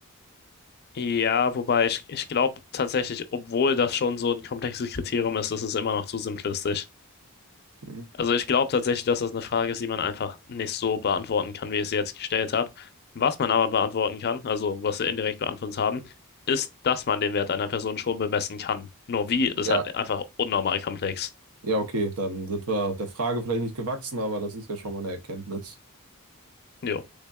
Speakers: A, on the left; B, on the right.
A: ja, wobei ich, ich glaube tatsächlich, obwohl das schon so ein komplexes Kriterium ist, ist es immer noch zu simplistisch.
B: Mhm.
A: Also ich glaube tatsächlich, dass das eine Frage ist, die man einfach nicht so beantworten kann, wie ich sie jetzt gestellt habe. Was man aber beantworten kann, also was wir indirekt beantwortet haben, ist, dass man den Wert einer Person schon bemessen kann. Nur wie ist
B: Ja,
A: halt einfach unnormal komplex.
B: ja, okay, dann sind wir der Frage vielleicht nicht gewachsen, aber das ist ja schon mal eine Erkenntnis.
A: Jo.